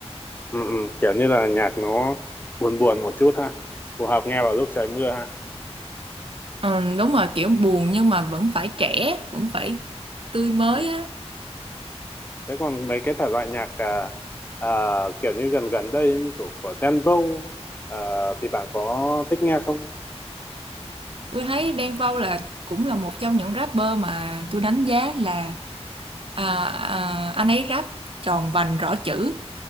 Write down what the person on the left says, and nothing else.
Ừ, ừ. kiểu như là nhạc nó buồn buồn một chút ha phù hợp nghe vào lúc trời mưa ha
ừ.
Ừ.
thế còn mấy cái thể loại nhạc à, à, kiểu như gần gần đây ấy, như kiểu của Đen Vâu à, thì bạn có thích nghe không